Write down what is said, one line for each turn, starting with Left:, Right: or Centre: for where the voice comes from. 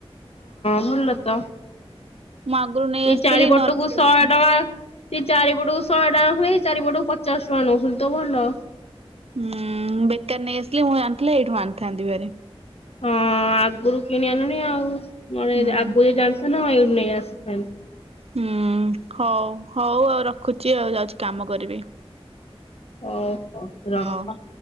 Left: ହୁଁ ଭଲ ତ।
Right: ମୁଁ ଆଗରୁ ନେଇ
Left: ଇଏ
Right: ଆସିଥିଲି
Left: ଚାରିପଟ
Right: ନହେଲେ
Left: କୁ ଶହେ ଟଙ୍କା। ସିଏ ଚାରିପଟକୁ ଶହେ ଟଙ୍କା ହୁଏ, ଚାରିପଟକୁ ପଚାଶ ଟଙ୍କା ନଉଛନ୍ତି ତ ଭଲ।
Right: ହୁଁ, ବେକାର ନେଇ ଆସିଲି, ମୁଁ ଜାଣିଥିଲେ ଏଇଠୁ ଆଣିଥାନ୍ତି ଭାରି।
Left: ହଁ ଆଗରୁ କିଣି ଆଣିଲୁଣି ଆଉ। ଆଗରୁ
Right: ହୁଁ
Left: ଯଦି ଜାଣିଥାନ୍ତୁ ମୁଁ ଏଇ ନେଇ ଆସିଥାନ୍ତି।
Right: ହୁଁ ହଉ, ହଉ ଆଉ ରଖୁଛି ଆଉ। ଯାଉଛି କାମ କରିବି।
Left: ଓହୋ ରଖ।
Right: ହଉ।